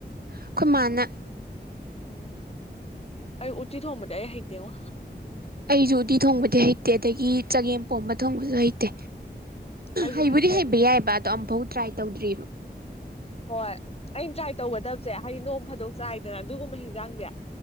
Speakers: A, on the right; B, on the left.
A: ꯑꯈꯣꯏꯃꯥꯟꯅ
B: ꯎꯝ ꯑꯩ ꯎꯇꯤ ꯊꯣꯡꯕꯗꯤ ꯑꯩ ꯍꯩꯇꯦꯉꯣ
A: ꯑꯩꯁꯨ ꯎꯇꯤ ꯊꯣꯡꯕꯗꯤ ꯍꯩꯇꯦ ꯑꯗꯒꯤ ꯆꯒꯦꯝ ꯄꯣꯝꯕ ꯊꯣꯡꯕꯁꯨ ꯍꯩꯇꯦ
B: ꯑꯩꯁꯨ
A: ꯍꯩꯕꯨꯗꯤ
B: ꯍꯩꯇꯦ
A: ꯍꯩꯕ
B: ꯑꯗꯨꯁꯨ
A: ꯌꯥꯏꯕ ꯑꯗꯣ ꯑꯝꯐꯥꯎ ꯇ꯭ꯔꯥꯏ ꯇꯧꯗ꯭ꯔꯤꯕ
B: ꯍꯣꯏ ꯑꯩꯅ ꯇ꯭ꯔꯥꯏ ꯇꯧꯒꯗꯕꯁꯦ ꯍꯥꯏꯗꯤ ꯅꯣꯡ ꯐꯥꯗꯣꯛ ꯆꯥꯏꯗꯅ ꯑꯗꯨꯒꯨꯝꯕ ꯍꯤꯟꯖꯥꯡꯗꯖ‌ꯦ